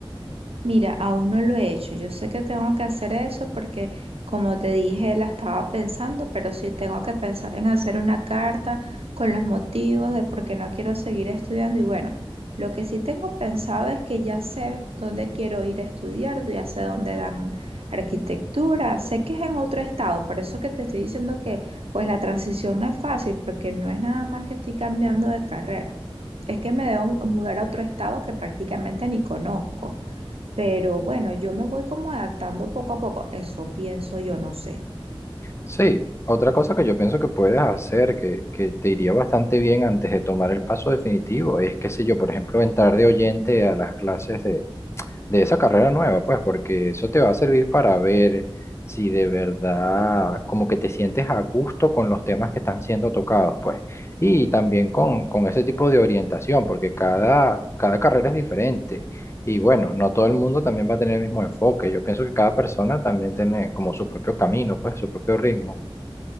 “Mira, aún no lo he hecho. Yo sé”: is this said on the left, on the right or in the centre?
Right